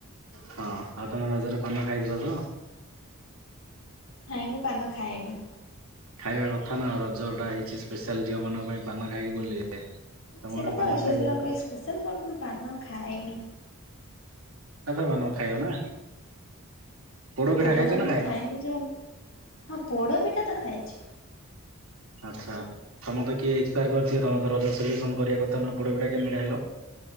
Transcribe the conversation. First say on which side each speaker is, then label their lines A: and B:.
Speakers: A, on the right; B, on the left.
A: ହଁ ଆଉ ତମେ ରଜରେ ପାନ ଖାଇଥିଲ ତ?
B: ନାଇଁ, ମୁଁ ପାନ ଖାଏନି।
A: ଖାଇବା କଥା ନା ରଜଟା ହେଇଛି ସ୍ପେଶାଲ ଝିଅମାନଙ୍କ ପାଇଁ ପାନ ଖାଇ ବୁଲିବେ। ତମେ
B: ସେଟା
A: ଗୋଟେ ପାନ
B: ତ ଝିଅ
A: ଖାଇବା
B: ପିଲାଙ୍କ
A: କଥା
B: ପାଇଁ ସ୍ପେଶାଲ ପର୍ବ, ମୁଁ ପାନ ଖାଏନି।
A: ଏବେ ପାନ ଖାଇବ ନା ପୋଡ ପିଠା
B: ସାଧା
A: ଖାଇଛ
B: ପାନ
A: ନା
B: ବି
A: ଖାଇନ?
B: ଖାଇନି ଯେ, ହଁ ପୋଡ ପିଠା ତ ଖାଇଛି।
A: ଆଚ୍ଛା ତମେ ତ କିଏ ଏକ୍ସାର କରିଥିବେ, ତମେ ତ ରଜ ସେଲିବ୍ରେଶନ କରିବା କଥା ନା, ପୋଡ଼ ପିଠା କେମିତି ଖାଇଲ।